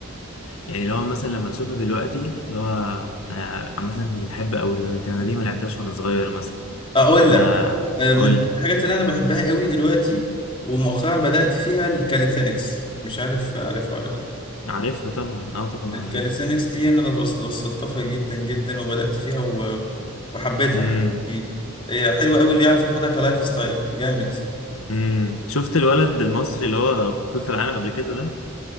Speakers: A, on the left; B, on the left.
A: يعني لو مثلا لما تشوفها دلوقتي اللي هو آه، مثلا بحب أوي الرياضة دي أنا ليه ما لعبتهاش وأنا صغير مثلا
B: اقول
A: ما
B: لك آه، من
A: قول لي.
B: الحاجات اللي انا بحبها قوي دلوقتي ومؤخرا بدأت فيها الكاليثينكس مش عارف عارفها ولا لا
A: عارفها طبعا أه طبعا
B: الكاليثينكس
A: عارفها
B: دي انا وص- وصلت لها جدا جدا وبدأت فيها و... وحبيتها
A: امم
B: يعني هي حلوة قوي اللي يعرف ياخدها كلايف ستايل جامد
A: امم شفت الولد المصري اللي هو في بطولة العالم قبل كده ده